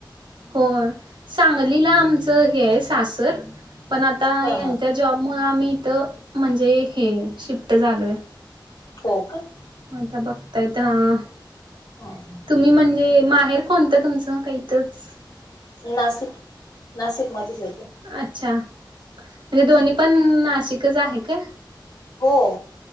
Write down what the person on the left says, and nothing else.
ह
ह
हो का.
ह. ह.
नाशिक नाशिक मध्येचं येतो.
हो.